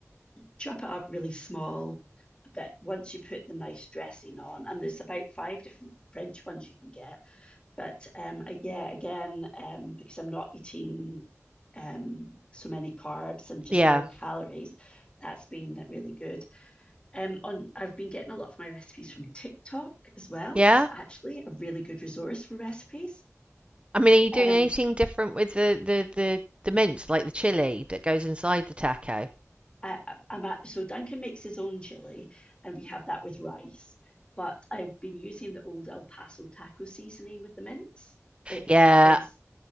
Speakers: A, on the left; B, on the right.
A: Chop it up really small, but once you put the nice dressing on, and there's about five different French ones you can get. But um, yeah, again, um, because I'm not eating um, so many carbs and just
B: yeah.
A: lower calories, that's been really good. Um, on I've been getting a lot of my recipes from TikTok as well.
B: Yeah.
A: It's actually a really good resource for recipes.
B: I mean, are you
A: Um,
B: doing anything different with the the the the mince, like the chili that goes inside the taco?
A: I, I- am at, so Duncan makes his own chili, and we have that with rice. But I've been using the old El Paso taco seasoning with the mince. It
B: Yeah,
A: is